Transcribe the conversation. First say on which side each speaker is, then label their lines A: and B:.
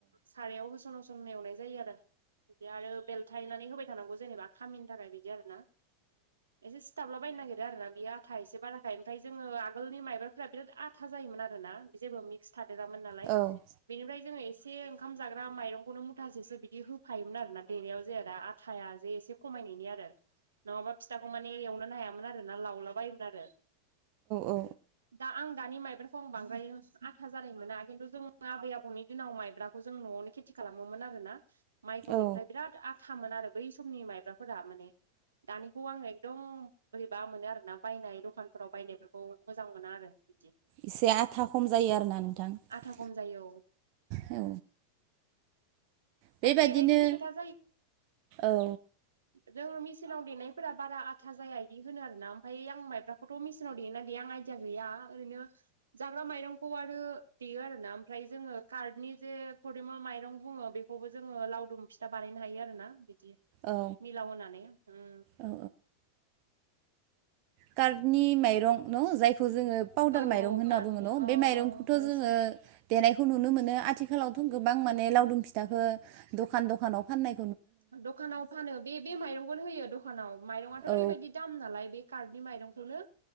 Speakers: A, on the right (about 70°); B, on the right (about 45°).
A: सारायाव होसन हस थुम एवनाय जायो आरो बे आरो बेलथायनानै होबाय थानांगौ जेनेबा खामिन थाखाय बिदि आरो ना एसे सिथाबला बायनो नागेरो आरो ना बियो आथा एसे बाराखाय ओमफ्राय जोङो आगोलनि माइबाफोरा बिराद आथा जायोमोन आरोना जेबो मिक्स थादोरामोन नालाय
B: औ औ
A: बेनिफ्राय जोङो एसे ओंखाम जाग्रा माइरंखौनो मुथासेसो बिदि होफायोमोन आर ना देनायाव जोया दा आटा जे एसे खमायनायनि आरो नङाबा फिथाखौ मानानि एवनो हाया ना लावलाबायोमोन आरो
B: औ
A: दा आं दानि माइब्राखौ आं बांद्राय आथा जानाय मोना खिन्थु जों आबै आबौनि दिनाव माइब्राखौ जों न'आवनो खेथि खालामोमोन आरोना माइखौ
B: औ
A: बेनिफ्राय बिराद आथ थामोन आरो बै समनि माइब्राफोरा माने दानिखौ आङो एकदम बोरैबा मोनो आरोना बायनाय दखानफोराव बायनायफोरखौ मोजां मोना आरो बिदि
B: एसे आथा खम जायो आरो ना नोंथां ‌।
A: आथा खम जायो औ।
B: औ। बेबायदिनो
A: आरो देनायजोंबो खोथा
B: औ
A: जों मिचिनाव देनायफोरा बारा आथा जाया बि होनो आरोना आमफ्राय आं मबखौथ' मेचनाव देा देया आं आइदिया गैया ओरैनो जाग्रा माइरंखौ ख आरो देयो आरोना ओमफ्राय जोङो कार्नि जे फदिमल माइरं बुङो बेखौबो जोङो लाव रुम फिथा बानायनो हायो आरोना बिदि
B: औ
A: मिलाव होनानै उम
B: औ कारनि माइरं न जाय खु जोङो पाउदार
A: औ
B: माइरं
A: औ
B: होनना
A: कार्डनि
B: बुङो न
A: अ
B: बे माइरंखौथ'
A: अ रेसन
B: जोङो देनायखौ नुनो मोनो आथिालावथु गोबां माने लावदुम फिथाखौ दखान दखानाव फाननाय
A: दखानाव फानो बे बे माइरंखौनो होयो दखानाव माइरंआथ'
B: औ
A: ओरैबायदि दाम नालाय बे कार्टनि माइरंखौनो